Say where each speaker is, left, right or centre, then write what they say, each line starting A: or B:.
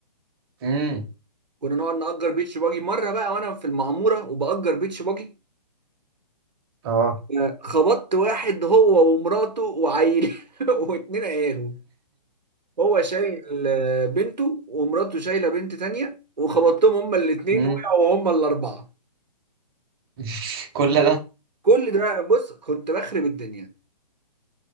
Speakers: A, on the right (about 35°); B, on the right (about 85°).
A: امم
B: كنا نقعد نأجر بيتش باجي مره بقى وانا في المعموره وبأجر بيتش باجي
A: اه
B: آه، خبطت واحد هو ومراته وعيل <laughs> واتنين عياله هو شايل آه، بنته ومراته شايله بنت تانية وخبطتهم هما الاثنين
A: امم
B: وقعوا هما الاربعه
A: <laughs> كل ده
B: كل ده بص كنت بخرب الدنيا